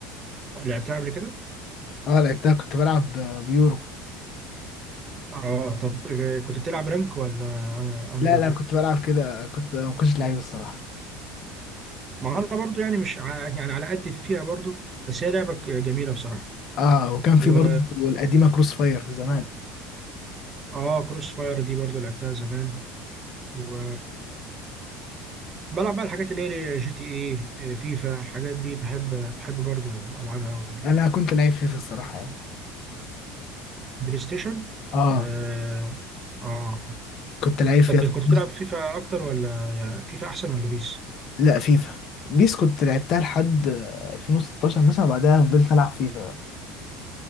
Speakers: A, on the right; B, on the left.
A: لعبتها قبل كده
B: اه لعبتها كنت بلعب آه، بيورو
A: اه طب كنت بتلعب رانك ولا انريتد
B: لا لا كنت بلعب كده كنت ما كنتش لعيب الصراحه
A: ما انا برضو يعني مش ع... يعني على قد فيها برضو بس هي لعبة ك- جميلة بصراحة
B: اه وكان
A: و
B: في برضه القديمه كروس فاير زمان
A: اه كروس فاير دي برضو لعبتها زمان و بلعب بقى الحاجات اللي هي جي تي اي فيفا الحاجات دي بحب بحب برضو العبها قوي يعني
B: انا كنت لعيب فيفا الصراحه يعني
A: بلاي ستيشن
B: اه
A: اه اه
B: كنت لعيب فيها
A: طب
B: طب
A: كنت
B: خلاص.
A: بتلعب فيفا اكتر ولا يا- فيفا احسن ولا بيس
B: لا فيفا بيس كنت لعبتها لحد آه، 2016 مثلا بعدها فضلت العب فيفا